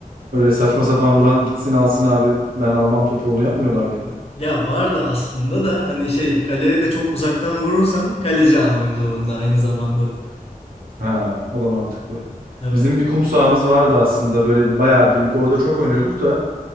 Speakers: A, on the right; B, on the left.
A: Öyle saçma sapan vuran gitsin alsın abi ben almam topu onu yapmıyorlar mıydı?
B: Ya var da aslında da hani şey kaleye de çok uzaktan vurursan kaleci almak zorunda aynı zamanda da.
A: Ha o da mantıklı.
B: Evet.
A: Bizim bir kum sahamız vardı aslında böyle bayağı büyük orada çok oynuyorduk da